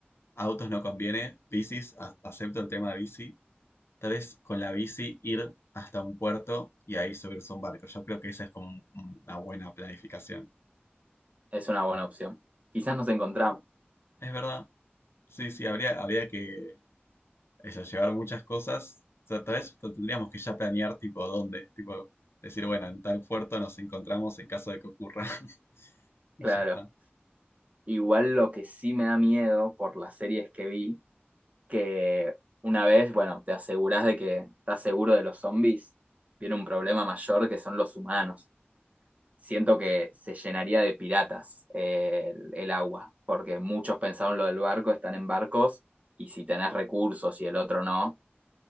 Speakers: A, on the left (about 80°); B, on the right (about 35°).
A: Autos no conviene, bicis, a- acepto el tema de bici. Tal vez con la bici ir hasta un puerto y ahí subirse a un barco. Yo creo que esa es como un- una buena planificación.
B: Es una buena opción. Quizás nos encontramos,
A: Es verdad. Sí, sí, habría, habría que eso, llevar muchas cosas. O sea, tal vez t- tendríamos que ya planear tipo dónde. Tipo, decir, bueno, en tal puerto nos encontramos en caso de que ocurra. <laughs>
B: claro.
A: Y ya está.
B: Igual lo que sí me da miedo por las series que vi, que una vez, bueno, te asegurás de que estás seguro de los zombies, viene un problema mayor que son los humanos. siento que se llenaría de piratas eh, el, el agua, porque muchos pensaron lo del barco, están en barcos, y si tenés recursos y el otro no,